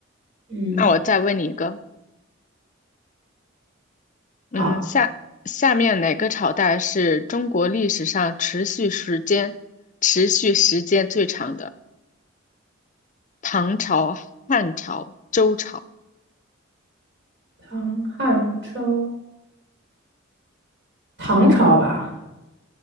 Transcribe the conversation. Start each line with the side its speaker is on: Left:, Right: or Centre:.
Right: 嗯，
Left: 那我再问你一个，嗯，
Right: 好，
Left: 下下面哪个朝代是中国历史上持续时间持续时间最长的？唐朝、汉朝、周朝？
Right: 唐汉周，唐朝吧？